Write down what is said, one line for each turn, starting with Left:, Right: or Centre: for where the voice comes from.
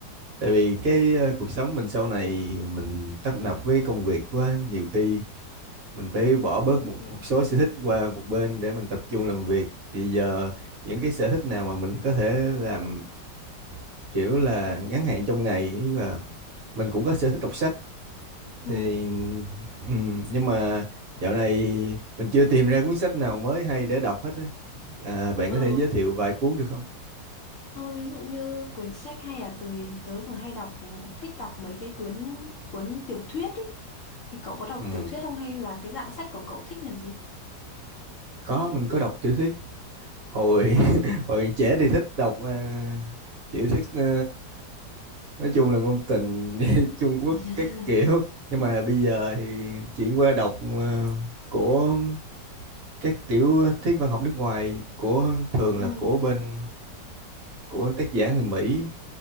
Right: tại vì cái ờ, cuộc sống mình sau này mình tấp nập với công việc quá, nhiều khi mình phải bỏ bớt một, một số sở thích qua một bên để mình tập trung làm việc. Thì giờ những cái sở thích nào mà mình có thể làm kiểu là ngắn hạn trong ngày ý là mình cũng có sở thích đọc sách
Left: ừ.
Right: thì ừm, nhưng mà dạo này mình chưa tìm ra cuốn sách nào mới hay để đọc hết á. À, bạn
Left: ờ,
Right: có thể giới thiệu vài cuốn được không?
Left: ờ, ví dụ như quyển sách hay là tớ tớ thường hay đọc thích đọc mấy cái quyển cuốn tiểu thuyết ý thì cậu có đọc
Right: Ừ,
Left: tiểu thuyết không hay là cái dạng sách của cậu thích là gì
Right: có mình có đọc tiểu thuyết hồi <laughs> hồi trẻ thì thích đọc ờ, tiểu thuyết ờ, nói chung là ngôn tình <laughs> Trung Quốc
Left: <laughs>
Right: các kiểu nhưng mà bây giờ thì chuyển qua đọc ờ, của các tiểu thuyết văn học nước ngoài của thường
Left: ừ.
Right: là của bên của tác giả người Mỹ